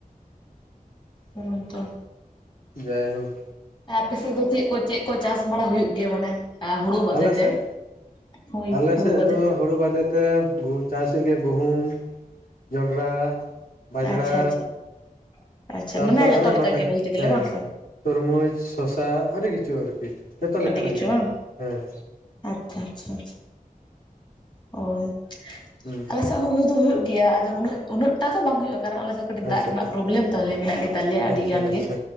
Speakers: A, on the left; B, on the left.
A: ᱦᱩᱸ ᱛᱚ
B: ᱡᱟᱭ ᱦᱳᱠ
A: ᱟᱯᱮ ᱥᱮᱫ ᱫᱚ ᱪᱮᱫ ᱠᱚ ᱪᱮᱫ ᱠᱚ ᱪᱟᱥ ᱵᱟᱲᱟ ᱦᱩᱭᱩᱜ ᱜᱮᱭᱟ ᱢᱟᱱᱮ ᱦᱩᱲᱩ ᱵᱟᱫᱮ
B: ᱟᱞᱮ
A: ᱛᱮ?
B: ᱥᱮᱫ
A: ᱦᱳᱭ
B: ᱟᱞᱮ
A: ᱦᱩᱲᱩ
B: ᱥᱮᱫ
A: ᱵᱟᱫᱮ
B: ᱫᱚ ᱦᱩᱲᱩ ᱵᱟᱫᱮ ᱛᱚ ᱪᱟᱥᱮᱜ ᱜᱮ ᱜᱩᱦᱩᱢ ᱡᱚᱸᱰᱨᱟ ᱵᱟᱡᱽᱲᱟ
A: ᱟᱪᱪᱷᱟ ᱟᱪᱪᱷᱟ ᱟᱪᱪᱷᱟ
B: ᱛᱟᱨᱯᱚᱨ
A: ᱢᱟᱱᱮ ᱡᱚᱛᱚ
B: ᱟᱨᱚ
A: ᱞᱮᱠᱟ
B: ᱮᱢᱟᱱ
A: ᱜᱮ
B: ᱛᱮᱭᱟᱜ
A: ᱵᱚᱞᱛᱮ ᱜᱮᱞᱮ
B: ᱦᱮᱸ
A: ᱵᱟᱝ ᱥᱮ
B: ᱛᱩᱨᱢᱩᱡᱽ ᱥᱚᱥᱟ ᱟᱹᱰᱤ ᱠᱤᱪᱷᱩ ᱟᱨᱠᱤ ᱡᱚᱛᱚ ᱞᱮᱠᱟᱱᱟᱜ
A: ᱟᱹᱰᱤ ᱠᱤᱪᱷᱩ
B: ᱜᱮ
A: ᱵᱟᱝ
B: ᱦᱮᱸ
A: ᱟᱪᱪᱷᱟ ᱟᱪᱪᱷᱟ ᱟᱪᱪᱷᱟ ᱦᱳᱭ
B: ᱦᱩᱸ
A: ᱟᱞᱮ ᱥᱮᱫ ᱦᱚᱸ ᱦᱩᱭ ᱫᱚ ᱦᱩᱭᱩᱜ ᱜᱮᱭᱟ ᱟᱫᱚ ᱩᱱᱟᱹᱜ ᱩᱱᱟᱹᱜ-ᱴᱟ ᱫᱚ ᱵᱟᱝ ᱦᱩᱭᱩᱜᱼᱟ ᱠᱟᱨᱚᱱ ᱟᱞᱮ ᱫᱚ ᱠᱟᱹᱴᱤᱡ ᱫᱟᱜ
B: ᱟᱪᱪᱷᱟ
A: ᱨᱮᱱᱟᱜ ᱯᱨᱚᱵᱞᱮᱢ ᱛᱟᱞᱮ ᱢᱮᱱᱟᱜ ᱜᱮ ᱛᱟᱞᱮᱭᱟ ᱟᱹᱰᱤ
B: ᱟᱪᱪᱷᱟ
A: ᱜᱟᱱ
B: ᱟᱪᱪᱷᱟ
A: ᱜᱮ